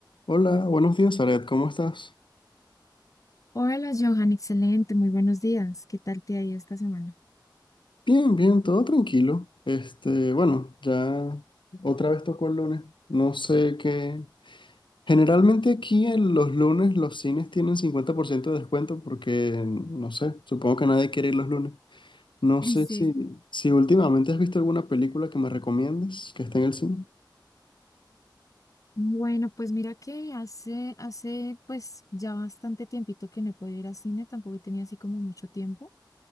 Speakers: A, on the left; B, on the left.
A: Hola, buenos días, Aret, ¿cómo estás?
B: Hola Johan, excelente, muy buenos días. ¿Qué tal te ha ido esta semana?
A: Bien, bien, todo tranquilo. Este, bueno, ya otra vez tocó el lunes. No sé qué. Generalmente aquí en los lunes los cines tienen 50% de descuento porque, no sé, supongo que nadie quiere ir los lunes. No
B: <laughs>
A: sé
B: Sí,
A: si, si últimamente has visto alguna película que me recomiendes que esté en el cine.
B: Bueno, pues mira que hace, hace pues ya bastante tiempito que no he podido ir al cine, tampoco he tenido así como mucho tiempo.